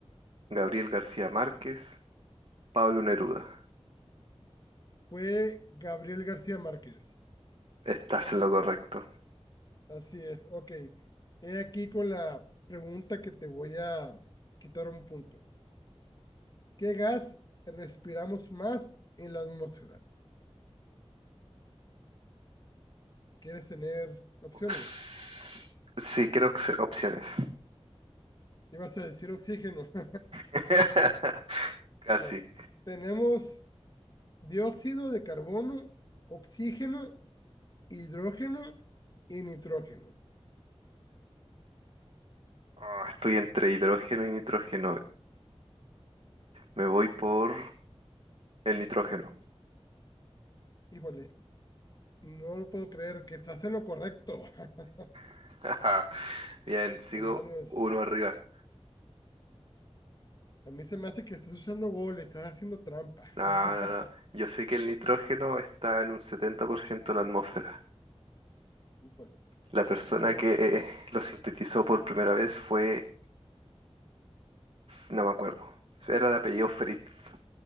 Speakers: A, on the right (about 60°); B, on the left (about 40°).
A: Gabriel García Márquez, Pablo Neruda.
B: Fue Gabriel García Márquez.
A: Estás en lo correcto.
B: Así es, ok. He aquí con la pregunta que te voy a quitar un punto. ¿Qué gas respiramos más en la atmósfera? ¿Quieres tener opciones?
A: Ox- Sí, creo que se- opciones.
B: Ibas a decir oxígeno. <laughs>
A: <laughs> Casi.
B: Bueno, tenemos dióxido de carbono, oxígeno, hidrógeno y nitrógeno.
A: Ah, estoy entre hidrógeno y nitrógeno. Me voy por el nitrógeno.
B: Híjole, no lo puedo creer que estás en lo correcto. <laughs>
A: <laughs> Ajá. Bien, sigo
B: Demonios,
A: uno arriba.
B: a mí se me hace que estás usando gol, estás haciendo trampa.
A: No,
B: <laughs>
A: no, no. Yo sé que el nitrógeno está en un 70% de la atmósfera.
B: Híjole.
A: La persona
B: Bueno,
A: que
B: pues.
A: eh, lo sintetizó por primera vez fue, no me acuerdo, era de apellido Fritz,